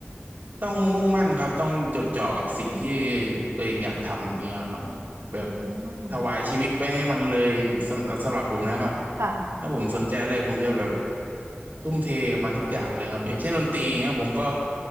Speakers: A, on the right; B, on the right.
A: ต้องมุ่งมั่นครับต้องจดจ่อกับสิ่งที่ตัวเองอยากทำอย่างเงี้ยครับแบบ
B: อืม
A: ถวายชีวิตไปให้มันเลยสำสำหรับผมนะครับ
B: ค่ะ
A: ถ้าผมสนใจอะไรผมจะแบบทุ่มเทกับมันทุกอย่างเลยครับอย่างเช่นดนตรีอย่างเงี้ยผมก็